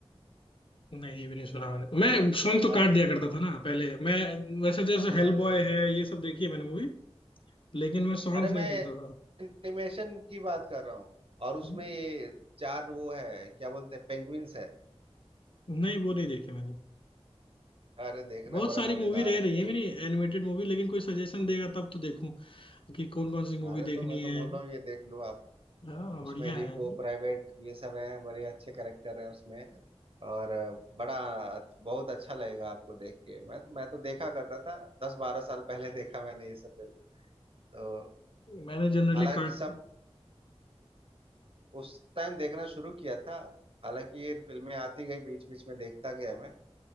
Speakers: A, on the left; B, on the right.
A: नहीं ये भी नहीं सुना मैंने मैं सॉन्ग तो काट
B: अरे
A: दिया करता था ना पहले मैं वैसे तो जैसे
B: अरे
A: हेल बॉय है ये सब देखी है मैंने मूवी लेकिन मैं सॉन्ग्स
B: अरे मैं
A: नहीं सुनता था
B: एनिमेशन की बात कर रहा हूँ और उसमें
A: हम्म,
B: ये चार वो है क्या बोलते हैं पेंगुइन्स है
A: नहीं वो नहीं देखी मैंने
B: अरे देखना
A: बहुत
B: बड़ा
A: सारी
B: मजेदार
A: मूवी रह
B: है
A: रही है मेरी एनिमेटेड मूवी लेकिन कोई सजेशन देगा तब तो देखूं कि कौन कौन सी मूवी
B: अरे
A: देखनी
B: तो मैं तो
A: है
B: बोल रहा हूँ ये देख लो आप
A: हाँ
B: उसमें
A: बढ़िया
B: रिको
A: है
B: प्राइवेट ये सब हैं बड़े अच्छे कैरेक्टर हैं उसमें और बड़ा बहुत अच्छा लगेगा आपको देख के मैं मैं तो देखा करता था दस बारह साल पहले <laughs> देखा मैंने ये सब फिल्म तो
A: मैंने जनरली
B: हालांकि
A: कार्ट
B: सब उस टाइम देखना शुरू किया था हालांकि ये फिल्में आती गई बीच बीच में देखता गया मैं